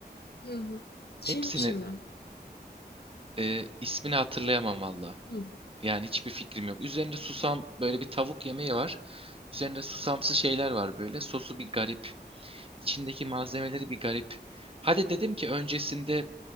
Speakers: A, on the left (about 70°); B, on the right (about 30°).
A: Hı hı. Kimçi
B: Hepsini
A: mi?
B: e, ismini hatırlayamam valla.
A: Hı.
B: Yani hiçbir fikrim yok. Üzerinde susam böyle bir tavuk yemeği var. Üzerinde susamsı şeyler var böyle. Sosu bir garip. İçindeki malzemeleri bir garip. Hadi dedim ki öncesinde